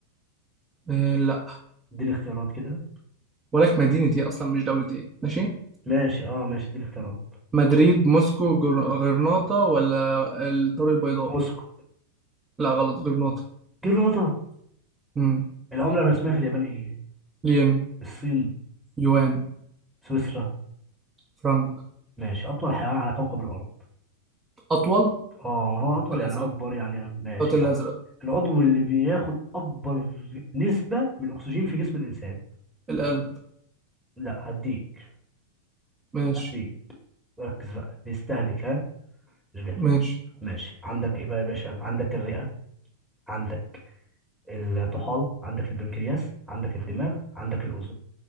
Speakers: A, on the right; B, in the centre.
A: إيه؟
B: اديني اختيارات كده
A: ولك مدينة ايه اصلا مش دولة ايه ماشي
B: ماشي اه ماشي اديني اختيارات
A: مدريد موسكو جر... غرناطة ولا الدار البيضاء
B: موسكو
A: لا غلط غرناطة
B: دي الرطة
A: امم
B: العملة الرسمية في اليابان ايه؟
A: لين
B: الصين
A: يوان
B: سويسرا
A: فرانك
B: ماشي أطول حيوان على كوكب الأرض
A: اطول
B: اه ما هو أطول
A: الازرق
B: يعني أكبر يعني ماشي
A: الخط الازرق
B: يعني العضو اللي بياخد أكبر نسبة من الأكسجين في جسم الإنسان
A: القلب
B: لا هديك
A: ماشي
B: هديك ركز بقى بيستهلك ها مش بيهلك
A: ماشي
B: ماشي عندك ايه بقى يا باشا عندك الرئة عندك الطحال عندك البنكرياس عندك الدماغ عندك الأذن